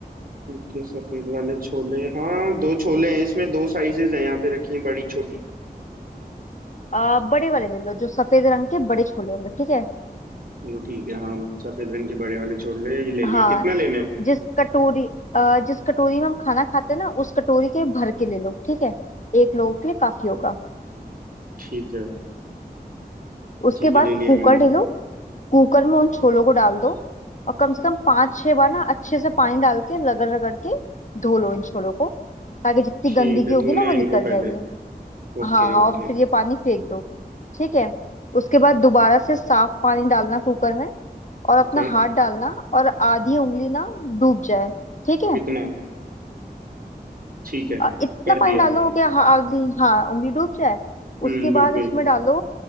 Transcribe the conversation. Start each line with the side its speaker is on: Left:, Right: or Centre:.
Right: ओके सफेद वाले छोले हाँ दो छोले हैं इसमें दो साइजेस हैं यहाँ पे रखी हैं बड़ी छोटी
Left: अ, बड़े वाले ले लो जो सफेद रंग के बड़े छोले होंगे ठीक है
Right: चलो ठीक है हाँ सफेद रंग के बड़े वाले छोले ये ले
Left: हाँ
Right: लिए कितना लेना है
Left: जिस कटोरी अ, जिस कटोरी में हम खाना खाते हैं ना उस कटोरी के भर के ले लो ठीक है एक लोगों के लिए काफी होगा
Right: ठीक है
Left: उसके
Right: ठीक
Left: बाद
Right: है ले लिया
Left: कुकर
Right: मैंने
Left: ले लो कुकर में उन छोलों को डाल दो और कम से कम पांच छह बार ना अच्छे से पानी डाल के रगड़ रगड़ के धो लो इन छोलों को ताकि जितनी
Right: ठीक
Left: गंदगी
Right: है
Left: होगी
Right: धोना
Left: ना वो
Right: है
Left: निकल
Right: इनको पहले
Left: जाएगी
Right: Okay
Left: हाँ हाँ
Right: okay
Left: और फिर ये पानी फेंक दो ठीक है उसके बाद दोबारा से साफ पानी डालना कुकर में और अपना
Right: ओके
Left: हाथ डालना और आधी उंगली ना डूब जाए ठीक है
Right: इतना ठीक है
Left: अ, इतना
Right: कर
Left: पानी
Right: दिया
Left: डालो कि हा- आधी हाँ उंगली डूब जाए
Right: हम्म
Left: उसके
Right: डूब
Left: बाद
Right: गई
Left: उसमें डालो